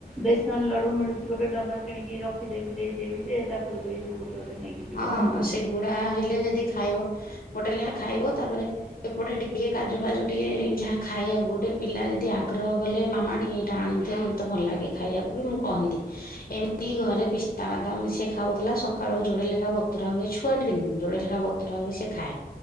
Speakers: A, in the centre; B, on the left.
A: ବେସନ ଲଡୁ ମିଳୁଛି ଗୋଟେ ଡବା କିଣିକି ରଖିଦେବି ଦେଇଦେବି ଯେ ତାକୁ ଦେଇଦେବୁ ଗୋଟେ ଗୋଟେ ନେଇକି ଯିବ
B: ହଁ
A: ନହେଲେ
B: ସେଗୁଡା ହେଲେ ଯଦି ଖାଇବ ଗୋଟେ ଲେଆ ଖାଇବ ତାପରେ ଏପଟେ ଟିକେ କାଜୁ ଫାଜୁ ଟିକେ ଯାହା ଖାଇବାକୁ ଗୋଟେ ପିଲା ଯଦି ଆଗ୍ରହ କଲେ ମାମା ଟିକେ ଟା ଆଣିଦ ମତେ ଭଲ ଲାଗେ ଖାଇବାକୁ ବି ମୁଁ କହନ୍ତି ଏମିତି ଘରେ ପିସ୍ତା ବାଦାମ ସେ ଖାଉଥିଲା ସ କାଳୁ ଯୋଡେ ଲେଖା ବତୁରା ହୁଏ ଛୁଆଟି <unintelligible> ଜୋଡେ ଲେଖା ବତୁର ହୁଏ ସେ ଖାଏ।